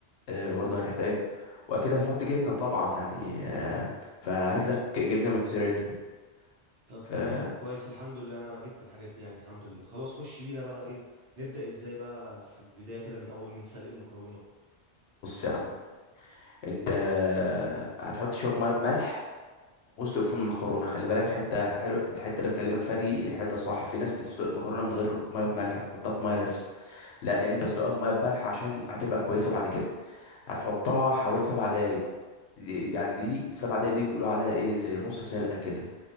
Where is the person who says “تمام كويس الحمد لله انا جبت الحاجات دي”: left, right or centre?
Right